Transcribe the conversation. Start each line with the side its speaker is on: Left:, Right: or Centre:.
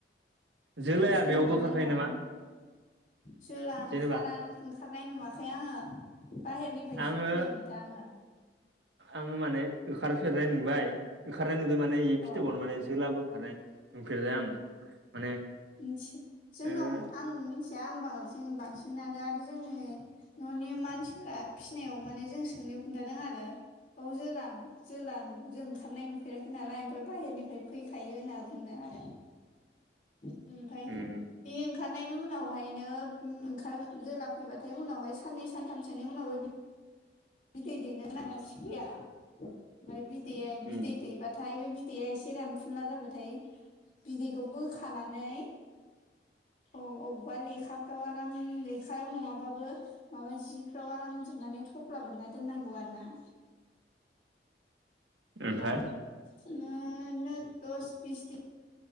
Right: जोलाया
Left: मासे
Right: बेयावबो
Left: मानै
Right: ओंखारखायो
Left: माथाम
Right: नामा
Left: जला ओंखार
Right: जेनेबा
Left: ओंखारनाय नुवाखै आङो बाहेरनिफ्राय
Right: आङो
Left: सो फैनाय नुदों आङो
Right: आङो माने ओंखारफेरनाय नुबाय ओंखारनाय नुदों माने
Left: अ
Right: फिथोबावनो माने जोलाबो ओंखारनाय नुफेरदों आं माने
Left: मिथि जोंनाव
Right: ओ
Left: आं मिथिया आं जों बांसिनानो आरो जोंनि न'नि मानसिफोरा फिसिनायाव माने जों सोंनोाव खिन्थादों आरो बाव ज जला जों ओंखारनाय नुफेराखै नालाय ओमफ्राय बाहेरनिफ्राय फैखायो होनना बुंदों आरो मफ्राय
Right: उम
Left: बे ओंखारनायनि उनावहायनो ओंखार जेला फैबाथाय उनावहाय साननै सानथामसोनि उनावबो बिदै दैनो होना सिखिरिया ओमफ्राय बिदैया बिदै
Right: उम
Left: दै बाथाय बे बिदैया एसे रानफुनला जाबाथाय बिदैखौ बोखानानै अबेबा लेखाफ्राव आराम लेखायाव नङाबाबो माबा जि फ्राव आरामजोबनानै थफ्ला बोनना दोननांगौ आरो ना
Right: ओमफ्राय
Left: उनावहाय बिनो दस बिस दिन